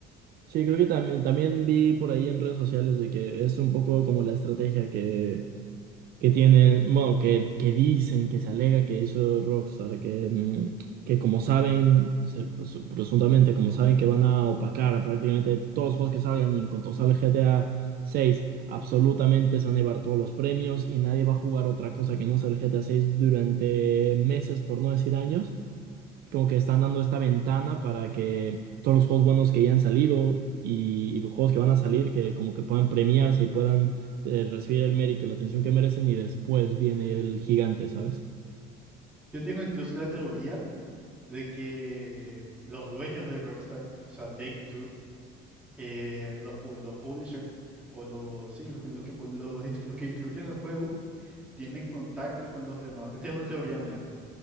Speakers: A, on the right (about 50°); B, in the centre.
A: Sí, creo que también, también vi por ahí en redes sociales de que es un poco como la estrategia que que tienen, bueno, que, que dicen, que se alega que hizo Rockstar, que, mm, que como saben, se- pues, presuntamente como saben que van a opacar a prácticamente todos los juegos que salgan y en cuanto sale GTA 6, absolutamente se van a llevar todos los premios y nadie va a jugar otra cosa que no sea el GTA 6 durante meses, por no decir años como que están dando esta ventana para que todos los juegos buenos que ya han salido y, y los juegos que van a salir, que como que puedan premiarse y puedan eh, recibir el mérito y la atención que merecen y después viene el gigante, ¿sabes?
B: Yo tengo incluso la teoría de que los dueños de Rockstar, o sea, Take-Two, eh, los, pu- los publishers, o los, sí, los, que, los que pu- los dist- los que distribuyen el juego, tienen contacto con los demás. Esta es una teoría mía.